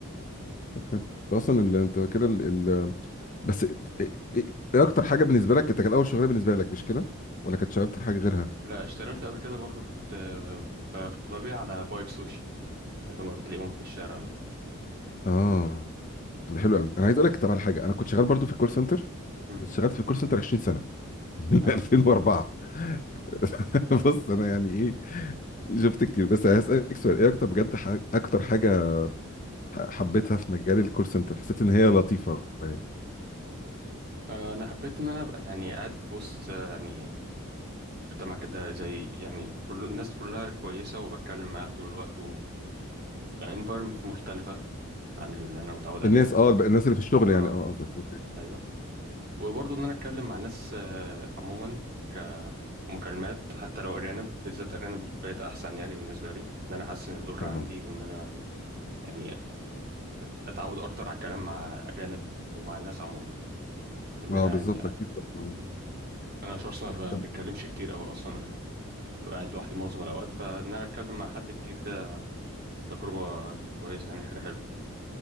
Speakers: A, on the left; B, on the right.
A: فاهم. ده اصلا ال- انت كده ال... ال- بس ايه ايه- ايه اكتر حاجه بالنسبه لك انت كان اول شغلانه بالنسبه لك مش كده ولا كنت شغلت حاجه غيرها
B: لا اشتغلت قبل كده برضو كنت آه، ب- كنت ببيع على بايت سوشي اللي هما بتلاقيهم في الشارع دول
A: اه طب ده حلو قوي انا عايز اقول لك طب على حاجه انا كنت شغال برضو في الكول سنتر
B: مم.
A: اشتغلت في الكول سنتر 20 سنه <laughs> من
B: اه
A: 2004 <laughs> بص انا يعني ايه شفت كتير بس هسألك سؤال ايه اكتر بجد ح- اكتر حاجه ح- حبيتها في مجال الكول سنتر حسيت ان هي لطيفه يعني
B: آه، انا حبيت ان انا ابقى يعني قاعد في وسط آه، يعني مجتمع كده زي يعني كل الناس كلها كويسة وبتكلم معاها طول الوقت و يعني environment مختلفة عن اللي انا متعود عليها
A: الناس اه الب- الناس اللي في الشغل
B: اه
A: يعني اه قصدك اوكي
B: ايوه وبرضو ان انا اتكلم مع ناس آه، عموما مكالمات حتى لو أرانب بالذات أرانب بقت أحسن يعني بالنسبة لي إن أنا أحسن اللغة
A: طبعا
B: عندي وإن أنا يعني أت- أتعود أكتر على الكلام مع أرانب ومع الناس عموما إن
A: اه
B: أنا
A: بالظبط
B: يعني
A: اكيد طبعا
B: مم. أنا شخص ما
A: طب
B: ب- بتكلمش كتير أوي أصلا يعني ببقى قاعد لوحدي معظم الأوقات فإن أنا أتكلم مع حد كتير ده تجربة كويسة يعني حاجة حلوة